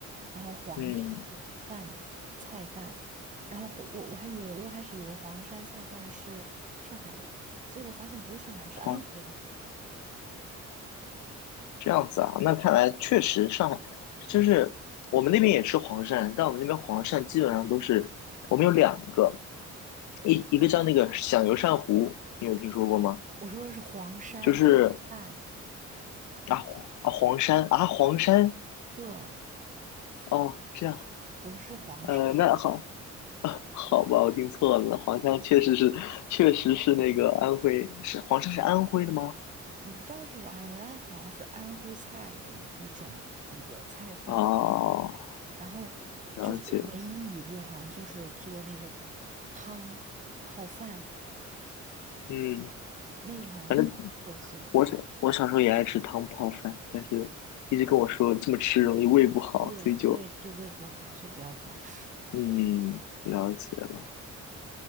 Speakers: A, on the right; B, on the left.
A: 然后黄山
B: 嗯，
A: 饭菜饭，然后我我我还以为我开始以为黄山菜饭是上海的，结果发现不是上海，是安徽的。
B: 黄，这样子啊，那看来确实上海就是我们那边也吃黄鳝，但我们那边黄鳝基本上都是我们有两个，一一个叫那个响油鳝糊，你有听说过吗？
A: 我说的是黄山菜饭，
B: 就是啊黄啊黄鳝啊黄山
A: 对，
B: 哦，这样
A: 不是黄山，
B: 呃那好。<laughs> 好吧，我听错了，黄山确实是，确实是那个安徽，是黄山是安徽的吗？
A: 我不知道是不是安徽，但好像是安徽菜的一种那个菜饭。
B: 哦，
A: 然后就是唯一一个好像就是做那个
B: 了解，
A: 汤泡饭，
B: 嗯。
A: 那个好像是特色的，
B: 反正。我小我小时候也爱吃汤泡饭，但是一直跟我说这么吃容易胃不好，
A: 对胃对胃不好，
B: 所以就
A: 所以不要这么吃，
B: 嗯了解了。